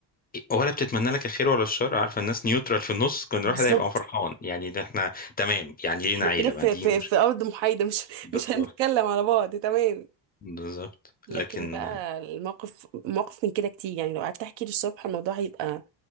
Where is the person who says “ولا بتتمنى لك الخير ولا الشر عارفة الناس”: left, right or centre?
Left